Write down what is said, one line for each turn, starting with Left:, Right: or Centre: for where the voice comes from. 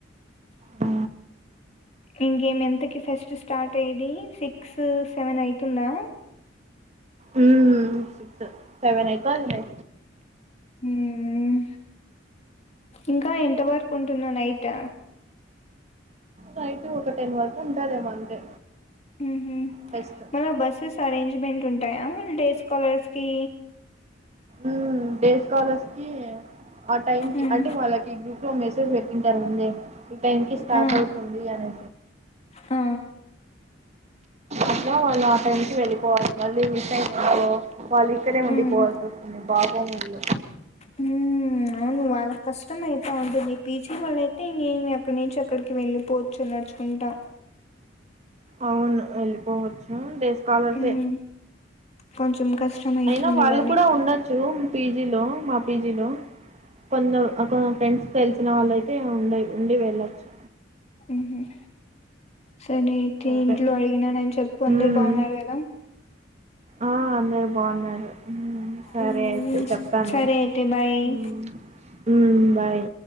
Right: ఆ
Left: ఇంకేమి ఎంతకి ఫెస్ట్ స్టార్ట్ అయ్యేది సిక్స్, సెవెన్ అయితుందా.
Right: ఉమ్ సిక్స్ సెవెన్ అయితాదిలే
Left: హుహ్మ్ ఇంకా ఎంత వరకు ఉంటుందో నైట్
Right: నైటు ఒక టెన్ వరకు ఉంటదేమో అంతే
Left: ఉహుమ్
Right: ఫెస్ట్
Left: మళ్ల బస్సెస్ అరేంజ్మెంట్ ఉంటాయా డేస్ కలర్సకి
Right: ఉమ్ డేస్ కాలర్సకి ఆ టైమ్కి
Left: ఉమ్
Right: అంటే వాళ్ళకి గ్రూప్లో మెసేజ్ పెట్టింటారు ఉంది ఈ టైమ్కి స్టార్ట్
Left: ఆ
Right: అవుతున్ది అనేది
Left: ఆ
Right: అట్లా వాళ్ళు ఆ టైం కి వెళ్ళిపోవాలి మళ్ళీ మిస్ అయినో అనుకో వాళ్ళు ఇక్కడే ఉండిపోవాల్సి
Left: ఉమ్
Right: వస్ పాపం వాళ్ళు
Left: మ్ అవును వాళ్ళకి కష్టమైత్ బా ఉంటుంది పీజీ వాళ్ళ అయితే నేను ఎక్కడి నుంచి అక్కడికి వెళ్ళిపోవచ్చు నడుచుకుంట
Right: అవును వెళ్ళిపోవచ్చు డేస్ స్కాలర్సె
Left: ఉహు కొంచెం కష్టం అయితుంది
Right: అయినా వాళ్ళు
Left: వాళ్ళకి
Right: కూడా ఉండొచ్చు పీజీలో మా పీజీలో కొందర్ ఆ కొ ఫ్రెండ్స్ తెల్సిన వాళ్ళయితే ఉండయ్ ఉండి వెళ్ళొచ్చు
Left: ఉహుమ్ సరే అయితే
Right: సరే
Left: ఇంట్లో అడిగినానని చెప్పు అందరు
Right: మ్మ్
Left: బావున్నారు గదా
Right: ఆ అందరూ బావున్నారు మ్ సరే
Left: మ్మ్
Right: అయితే చెప్తాన్
Left: సరే
Right: లే
Left: అయితే బాయ్
Right: మ్ మ్ బాయ్